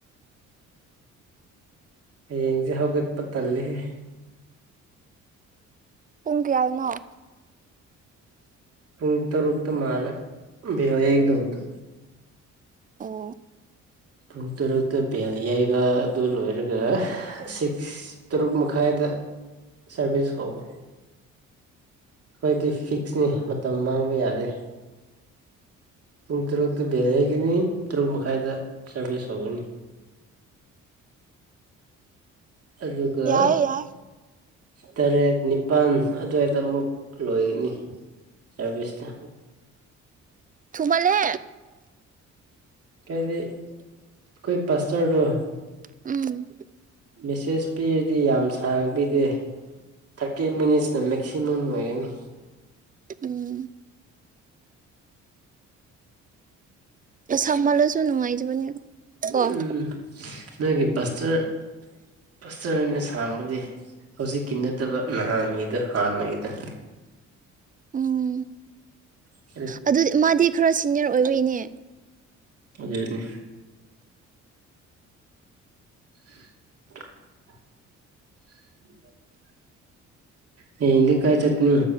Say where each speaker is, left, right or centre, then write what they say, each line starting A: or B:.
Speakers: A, on the right (about 50°); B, on the right (about 25°).
A: ꯍꯌꯦꯡꯁꯦ ꯍꯧꯒꯠꯄ ꯇꯜꯂꯦꯍꯦ
B: ꯄꯨꯡ ꯀꯌꯥꯗꯅꫭ
A: ꯄꯨꯡ ꯇꯔꯨꯛꯇ ꯃꯥꯜꯂꯦ ꯚꯦꯜ ꯌꯩꯒꯗꯧꯕꯗꯣ
B: ꯑꯣ
A: ꯄꯨꯡ ꯇꯔꯨꯛꯇ ꯚꯦꯜ ꯌꯩꯕ ꯑꯗꯨ ꯂꯣꯏꯔꯒ ꯁꯤꯛꯁ ꯇꯔꯨꯛ ꯃꯈꯥꯏꯗ ꯁꯥꯔꯚꯤꯁ ꯍꯧꯕ ꯑꯩꯈꯣꯏꯗꯤ ꯐꯤꯛꯁꯅꯤ ꯃꯇꯝ ꯃꯥꯡꯕ ꯌꯥꯗꯦ ꯄꯨꯡ ꯇꯔꯨꯛꯇ ꯕꯦꯜ ꯌꯩꯒꯅꯤ ꯇꯔꯨꯛ ꯃꯈꯥꯏꯗ ꯁꯥꯔꯚꯤꯁ ꯍꯧꯒꯅꯤ ꯑꯗꯨꯒ
B: ꯌꯥꯏꯌꯦ ꯌꯥꯏ
A: ꯇꯔꯦꯠ ꯅꯤꯄꯥꯟ ꯑꯗꯨꯋꯥꯏꯗ ꯑꯃꯨꯛ ꯂꯣꯏꯒꯅꯤ ꯁꯥꯔꯚꯤꯁꯇ
B: ꯊꯨꯃꯜꯂꯦ
A: ꯀꯩꯗꯤ ꯈꫭꯏ ꯄꯥꯁꯇꯔꯗꫭ
B: ꯎꯝ
A: ꯃꯦꯁꯦꯖ ꯄꯤꯔꯗꯤ ꯌꯥꯝ ꯁꯥꯡ ꯕꯤꯗꯦ ꯊꯥꯔꯇꯤ ꯃꯤꯅꯤꯠꯁꯅ ꯃꯦꯛꯁꯤꯃꯝ ꯑꯣꯏꯒꯅꯤ
B: ꯎꯝ ꯑ ꯁꯥꯃꯜꯂꯁꯨ ꯅꯨꯡꯉꯥꯏꯖꯕꯅꯦ ꯀꯣ
A: ꯎꯝ ꯅꯣꯏꯒꯤ ꯄꯥꯁꯇꯔ ꯄꯥꯁꯇꯔꯅ ꯁꯥꯡꯕꯗꯤ ꯍꯧꯖꯤꯛꯀꯤ ꯅꯠꯇꯕ ꯅꯍꯥꯟꯒꯤꯗꫭ ꯍꯥꯟꯅꯒꯤꯗꫭ
B: ꯎꯝ
A: ꯑ
B: ꯑꯗꯨ ꯃꯥꯗꯤ ꯈꯔ ꯁꯤꯅꯤꯌꯔ ꯑꯣꯏꯕ ꯏꯅꯦ
A: ꯑꯗꯨꯗꯅꯤ <inaudible> ꯎ ꯍꯌꯦꯡꯗꯤ ꯀꯥꯏ ꯆꯠꯀꯅꯤ